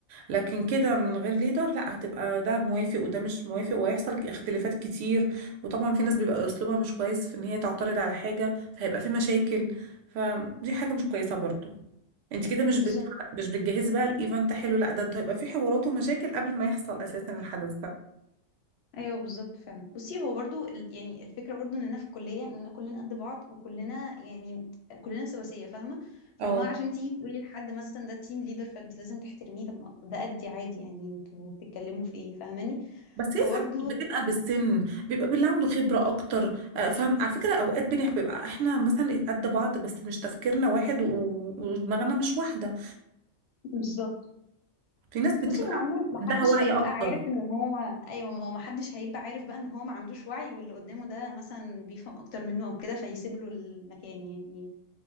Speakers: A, on the right (about 60°); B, on the left (about 60°).
A: لكن كده من غير ليدر لا هتبقى ده موافق وده مش موافق وهيحصل اختلافات كتير وطبعا في ناس بيبقى اسلوبها مش كويس في ان هي تعترض على حاجه فهيبقى في مشاكل فدي حاجه مش كويسه برضو انت كده مش
B: بالظبط
A: بت... مش بتجهزي بقى الايفنت حلو لا ده انت هيبقى في حوارات ومشاكل قبل ما يحصل اساسا الحدث
B: ايوه بالظبط فعلا بصي هو برضو ال- يعني الفكرة برضو اننا في الكلية اننا كلنا قد بعض وكلنا يعني كلنا سواسية فاهمة فاللي
A: ده
B: هو عشان تيجي تقولي لحد مثلا ده تيم ليدر فانت لازم تحترميه طب ما ده قدي عادي يعني انتوا بتتكلموا في ايه فاهماني
A: بس
B: فبرضو
A: هي ساعات مش بتبقى بالسن بيبقى باللي عنده خبرة أكتر آه، فاهم على فكرة أوقات بنح- بيبقى إحنا مثلا قد بعض بس مش تفكيرنا واحد و- ودماغنا مش واحدة
B: بالظبط
A: في ناس بتبقى
B: بصي هو عموما محدش
A: عندها وعي
B: هيبقى
A: أكتر
B: عارف ان هو ايوه ما هو محدش هيبقى عارف بقى ان هو ما عندوش وعي واللي قدامه ده مثلا بيفهم اكتر منه او كده فيسيب له المكان يعني